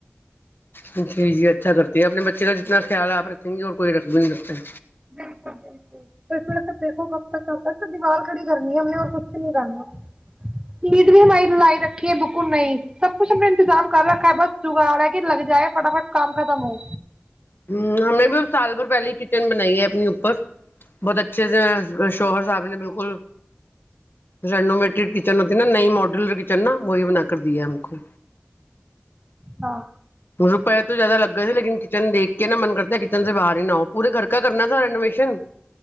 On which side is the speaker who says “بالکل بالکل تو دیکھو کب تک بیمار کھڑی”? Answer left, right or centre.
Right